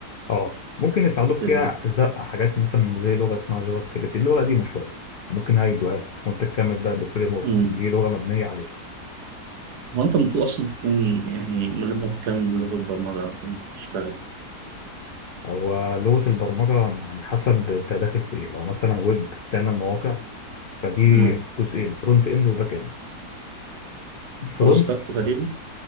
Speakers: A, on the left (about 65°); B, on the right (about 75°).
A: اه ممكن يساعدوك
B: بال...
A: فيها زق حاجات مثلا زي لغة اسمها جافا سكريبت اللغة قديمة شوية ممكن هيدوها لك وانت تكمل بقى بالفريم ورك
B: مم.
A: دي لغة مبنية عليها
B: هو انت المفروض اصلا تكون يعني ملم بكام لغة برمجة عشان تشتغل
A: هو لغة البرمجة يعني حسب انت داخل في ايه لو مثلا ويب تعمل مواقع فدي
B: مم.
A: جزئين فرونت اند وباك اند الفرونت
B: فول ستاك تقريبا